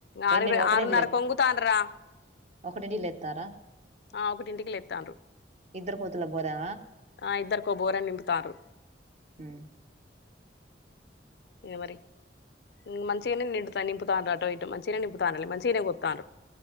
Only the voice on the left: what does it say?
ఆరు
ఇరవై
ఆరున్నరకు ఒంగుతాండ్రా
ఆ ఒకటింటికి లేత్తాండ్రు.
ఆ ఇద్దరికో బోరని నింపుతార్రు.
ఇది మరి ఇంగ్ మంచిగనం నిం నింపుతాండ్రు ఆటో ఇటు మంచినే నింపుతాండ్రు మంచిగనే కోత్తాండ్రు